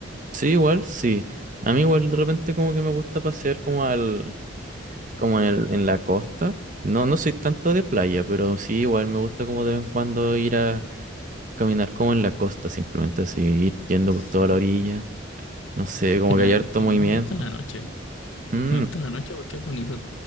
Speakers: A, on the right; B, on the left.
A: Sí, igual, sí. A mí igual de repente como que me gusta pasear como al, como en, el- en la costa. No, no soy tanto de playa, pero sí igual me gusta como de vez en cuando ir a caminar como en la costa, simplemente así, ir yendo
B: Sí.
A: por toda la orilla. No sé, como
B: En
A: que
B: la-
A: hay harto
B: a
A: movimiento.
B: mí me gusta en la noche.
A: Mm,
B: Me gusta en la noche porque es bonito.